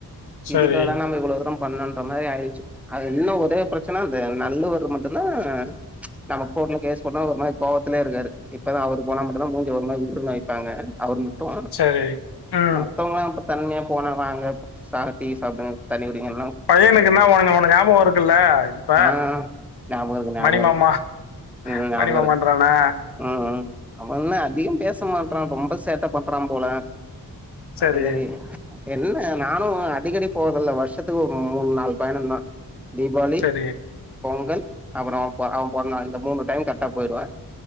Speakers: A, on the left; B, in the centre.
A: சரி,
B: இதுக்காடா நம்ம இவ்ளோ தூரோ பண்ணோன்ற மாரி ஆயிருச்சு அது இன்னு ஒரே பிரச்சன அந்த நண்டுவர் மட்டுந்தா நம்ம கோர்ட்ல போட்ட ஒரு ஆள் கோவத்துலயே இருக்காரு இப்பதா அவரு போனா மட்டுந்தா மூஞ்ச ஒரு மாரி உர்ருனு வெப்பாங்க அவர் ம ட்டு
A: சரி. ம்.
B: மா மத்தவங்கள்ளா தன்மயா போனா வாங்க சா டீ சா சாப்டுங்க தண்ணி குடிங்கங்ல்லா
A: பையனுக்குன்னா உன்ன உன்ன ஞாபகோ இருக்கல்ல இப்ப
B: ஆ ஞாபக இருக்கு ஞாபக
A: மணி மாமா
B: இருக்கு ம் ஞாபக
A: மணிமாமான்றானா
B: இருக்கு ம் ம் அவன்தா அதிகம் பேச மாட்றான் ரொம்ப சேட்ட பண்றான் போல
A: சரி,
B: அடிதடி என்ன நானு அடிக்கடி போதல்ல வருஷத்துக்கு ஒம் மூன் நாள் பயணந்தா தீபாவளி
A: சரி,
B: பொங்கல் அப்றோ பொ அவ பொறந்தநாள் இந்த மூனு டைம் கர்ட்டா போயிடுவே